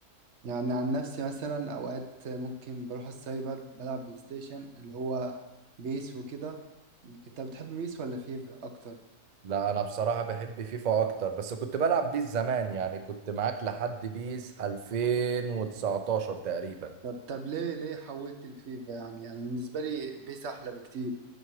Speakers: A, on the right; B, on the right.
A: يعني عن نفسي مثلا اوقات ممكن بروح السايبر بلعب بلاي ستيشن اللي هو بيس وكده انت بتحب بيس ولا فيفا اكتر
B: لا انا بصراحه بحب فيفا اكتر بس كنت بلعب بيس زمان يعني كنت معاك لحد بيس 2019 تقريبا
A: طب طب ليه ليه حولت الفيفا يعني انا يعني بالنسبه لي بيس احلى بكتير